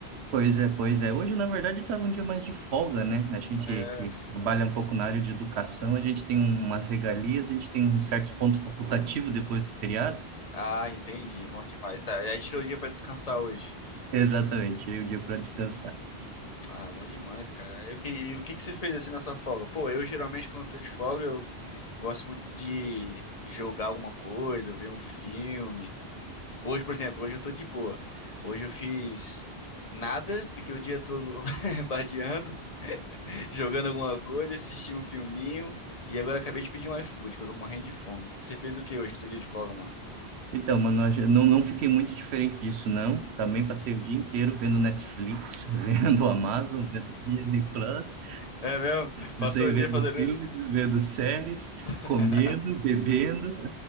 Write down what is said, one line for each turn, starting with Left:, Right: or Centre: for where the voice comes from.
Right: Pois é, pois é. Hoje, na verdade, estava um dia mais de folga, né? A gente
Left: É...
Right: que trabalha um pouco na área de educação, a gente tem umas regalias, a gente tem um certo ponto facultativo depois do feriado.
Left: Ah, entendi. Bom demais. Tá, aí tirou o dia pra descansar hoje.
Right: <laughs> Exatamente, tirei o dia para descansar.
Left: Ah, bom demais, cara. E o que, e o que que você fez assim na sua folga? Pô, eu geralmente quando eu tô de folga, eu gosto muito de jogar alguma coisa, ver um filme. Hoje, por exemplo, hoje eu tô de boa. Hoje eu fiz nada, fiquei o dia todo <laughs> vadiando. jogando alguma coisa, assisti um filminho e agora acabei de pedir um iFood, que eu tô morrendo de fome. Você fez o que hoje no seu dia de folga, mano?
Right: Então, mano, eu não, não fiquei muito diferente disso, não. Também passei o dia inteiro vendo Netflix, <laughs> vendo Amazon, vendo Disney Plus.
Left: É mesmo? Passou
Right: Você
Left: o
Right: vendo
Left: dia fazendo
Right: filme,
Left: isso?
Right: vendo séries,
Left: <laughs>
Right: comendo, bebendo,